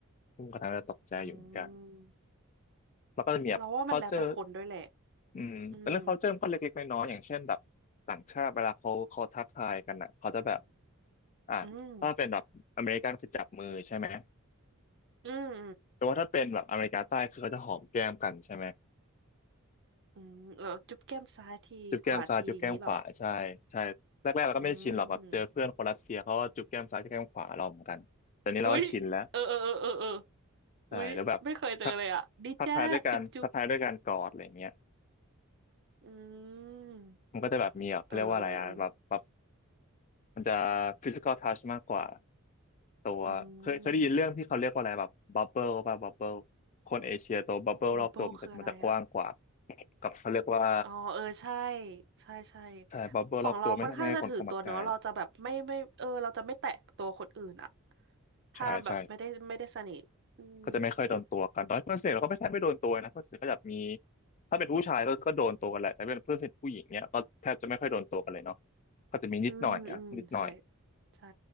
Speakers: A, on the left (about 35°); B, on the right (about 55°).
A: ซึ่งก็ทำให้เราตกใจอยู่เหมือนกัน
B: อืม
A: แล้วก็จะมีแบบ
B: เราว่ามันแล้วแต่คนด้วยแหละ
A: culture อืมเป็นเรื่อง
B: อืม
A: culture มันก็เล็กๆน้อยๆอย่างเช่นแบบต่างชาติเวลาเขาเขาทักทายกันอ่ะเขาจะแบบอ่ะถ้าเป็นแบบอเมริกันคือจับมือใช่ไหม
B: อืม อืม
A: แต่ว่าถ้าเป็นแบบอเมริกาใต้คือเขาจะหอมแก้มกันใช่ไหม
B: อืมเออจุ๊บแก้มซ้ายทีขวาทีอย่างนี้เหรอ
A: จุ๊บแก้มซ้ายจุ๊บแก้มขวาใช่ใช่แรกๆเราก็ไม่ชินหรอกแบบเจอเพื่อนคนรัสเซียเขาก็จุ๊บแก้มซ้ายจุ๊บแก้มขวาเราเหมือนกันแต่นี้เราก็ชินแล้ว
B: อืมอุ๊ยเออเออเออเออเออ
A: ใช่แล้วแบบทัก
B: อุ๊ยไม่เคยเจอเลยอ่ะดีจ้าจุ๊บจุ๊บ
A: ทักทายด้วยการทักทายด้วยการกอดอะไรอย่างเงี้ย
B: อืม
A: มันก็จะแบบมีแบบเขาเรียกว่าอะไรอะแบบแบบ
B: เออเออเออ
A: มันจะ physical touch มากกว่าตัวเคยเคยได้ยินเรื่องที่เขาเรียกว่าอะไรแบบ
B: อืมโอเค
A: bubble ป่ะ bubble คนเอเชียตัว bubble
B: บับเบิลคืออะไรอ่ะ
A: รอบตัวมันจะมันจะกว้างกว่ากับเขาเรียกว่า
B: อ๋อเออใช่ใช่ใช่
A: ใช่ bubble
B: ของเราค่อนข้างจะถือตัวเนาะเราจะแบบไม่ไม่เออเราจะไม่แตะตัวคนอื่นอ่ะ
A: รอบตัวไม่ใช่ไม่ให้คนเข้ามาใกล้
B: ถ้าแบบไม่ได้ไม่ได้สนิทอืม
A: ใช่ใช่ ก็จะไม่ค่อยโดนตัวกันตอนเพื่อนสนิทเราก็ไม่แทบไม่โดนตัวนะเพื่อนสนิทก็จะมีถ้าเป็นผู้ชายก็ก็โดนตัวกันแหละแต่เป็นเพื่อนสนิทผู้หญิงเนี่ยก็แทบจะไม่ค่อยโดนตัวกันเลยเนาะก็จะมีนิดหน่อยอะนิดหน่อย
B: อืมอืมใช่ใช่